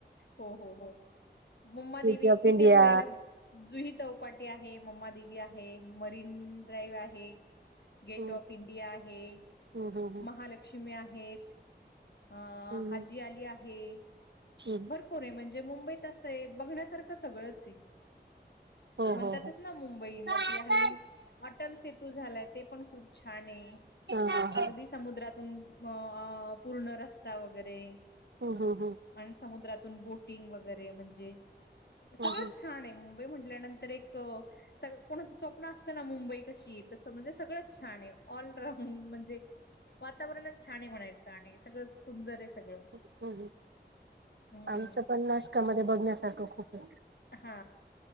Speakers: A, on the left; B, on the right.
A: हो हो हो, <unintelligible>
B: गेट ऑफ इंडिया
A: इथे फिरायला जुही चौपाटी आहे, म्मादेवी आहे, मरीन ड्राईव्ह आहे. गेट
B: हम्म
A: ऑफ इंडिया आहे.
B: हम्म हम्म
A: महालक्ष्मी आहेत अ
B: हम्म
A: हाजीआली आहे.
B: हम्म हम्म
A: भरपूर आहे म्हणजे मुंबईत असं आहे, बघण्यासारखं सगळच आहे
B: हो
A: म्हणतात
B: हो हो
A: ना मुंबई म
B: हा
A: ती हल्ली,
B: हा
A: अटल सेतू झालाय ते पण खूप छान आहे.
B: हा
A: अगदी समुद्रातून अ पूर्ण रस्ता वगैरे
B: हो हो हो
A: आणि समुद्रातून बोटिंग वगैरे म्हणजे, सगळंच
B: हम्म
A: छान आहे मुंबई म्हटल्यानंतर एक अ सग कोणाचं स्वप्न असतं ना, मुंबई कशी आहे? तसं म्हणजे सगळंच छान आहे, ऑलराऊंड म्हणजे वातावरणात छान आहे म्हणायचं आणि सगळंच सुंदर आहे सगळं.
B: हम्म हम्म,
A: हम्म
B: आमचं पण नाश्कामध्ये बघण्यासारखं खूप आहे.
A: हा